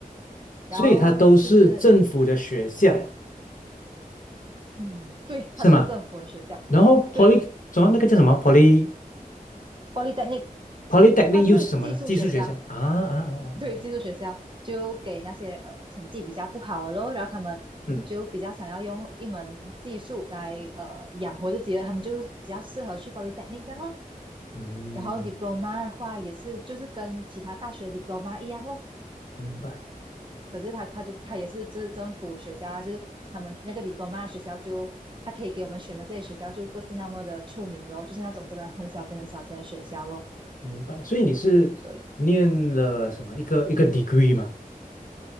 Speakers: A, on the right; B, on the left.
A: 然后就是
B: 所以它都是政府的学校，
A: 嗯，对，
B: 是吗？
A: 它都是政府的学校，
B: 然后 poly
A: 对
B: 什么那个叫什么 poly
A: ，polytechnic
B: polytechnic
A: 它是技术学校，
B: 又是什么呢？技术学校啊啊啊啊，OK，
A: 对，技术学校就给那些呃成绩比较不好的咯，然后他们就比较想要用一门技术来呃养活自己的，
B: 嗯，
A: 他们就比较适合去 polytechnic 这样咯
B: 嗯，
A: 然后 diploma 的话也是，就是跟其他大学 diploma 一样哦，
B: 明白
A: 可是他他就他也是就是政府学校啊，就是他们那个 diploma 学校就他可以给我们选的这些学校就不是那么的出名咯，就是那种真的很小间很小间的学校咯。
B: 明白。所以你是念了什么一个一个
A: 对，
B: degree 嘛？